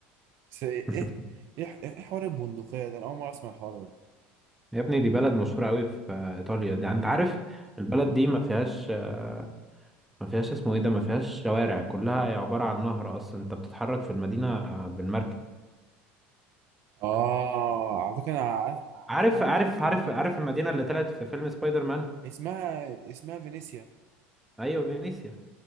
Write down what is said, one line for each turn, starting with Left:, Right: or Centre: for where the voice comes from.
Right: بس ايه
Centre: <laughs>
Right: ايه ايه إيه حوار البندقية ده انا اول مرة اسمع الحوار ده
Centre: يا ابني دي بلد مشهورة قوي في آه، ايطاليا دي انت عارف البلد دي ما فيهاش آه، ما فيهاش اسمه ايه ده ما فيهاش شوارع كلها هي عبارة عن نهر اصلا انت بتتحرك في المدينة بالمركب
Right: اه على فكرة انا
Centre: عارف
Right: عارف
Centre: عارف
Right: عارف المدينة
Centre: عارف عارف المدينة اللي طلعت في فيلم سبايدر مان
Right: اسمها اسمها فينيسيا
Centre: ايوه فينيسيا